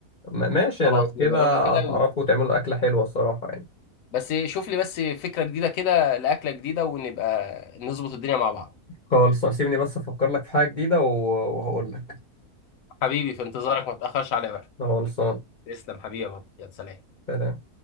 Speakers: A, on the left (about 40°); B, on the left (about 65°).
A: ما- ماشي
B: خلاص
A: لو
B: نجربها
A: كده
B: كده
A: هتعرفوا تعملوا أكلة حلوة الصراحة يعني
B: بس شوف لي بس فكرة جديدة كده لأكلة جديدة ونبقى نظبط الدنيا مع بعض
A: خلص سيبني بس أفكر لك في حاجة جديدة و- وهقول لك
B: حبيبي في انتظارك ما تأخرش عليا بقى
A: خلصان
B: تسلم حبيبي يا بابا. يا سلام
A: سلام